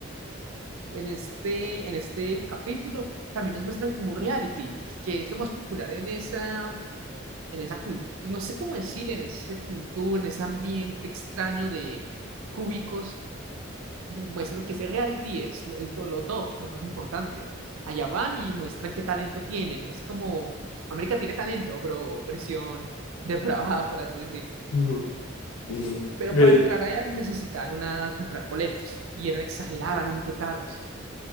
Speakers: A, on the right; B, on the left.
A: En este, en este capítulo también nos muestran como reality, que es lo más popular en esa, en esa cultura, no sé cómo decir, en esa cultura, en ese ambiente extraño de cúbicos muestran que ese reality es el, to- lo top, lo más importante. Allá van y muestran qué talento tienen. Es como, América tiene talento, pero versión depravada, por así decirlo.
B: <laughs> ujú, ujú,
A: Pero
B: ve,
A: para entrar allá necesitaron una comprar boletos y eran exageradamente caros.